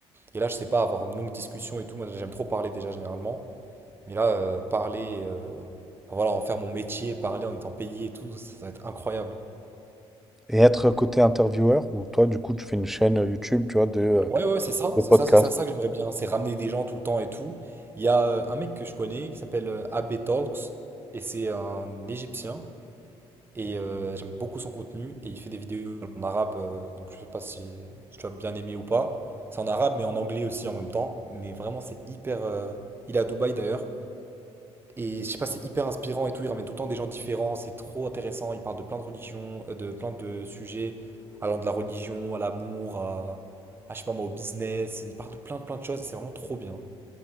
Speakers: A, on the right (about 20°); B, in the centre.
A: Et là, je sais pas, avoir une longue discussion et tout. Moi, j'aime trop parler déjà généralement. Mais là, euh, parler, euh, enfin, voilà, en faire mon métier, parler en étant payé et tout, ça, ça va être incroyable.
B: Et être côté intervieweur, ou toi, du coup, tu fais une chaîne euh, YouTube, tu vois, de, euh,
A: Ouais, ouais, c'est ça,
B: de
A: c'est
B: podcasts.
A: ça, c'est ça, ça que j'aimerais bien. C'est ramener des gens tout le temps et tout. Il y a euh, un mec que je connais qui s'appelle euh, AB Talks et c'est un Égyptien. Et euh, j'aime beaucoup son contenu. Et il fait des vidéos en arabe. euh, donc je sais pas si, si tu as bien aimé ou pas. C'est en arabe, mais en anglais aussi en même temps. Mais vraiment, c'est hyper. euh, Il est à Dubaï d'ailleurs. Et je sais pas, c'est hyper inspirant et tout. Il ramène tout le temps des gens différents. C'est trop intéressant. Il parle de plein de religions, euh, de plein de sujets. Allant de la religion à l'amour, à, à, je sais pas moi, au business. Il parle de plein, plein de choses. C'est vraiment trop bien.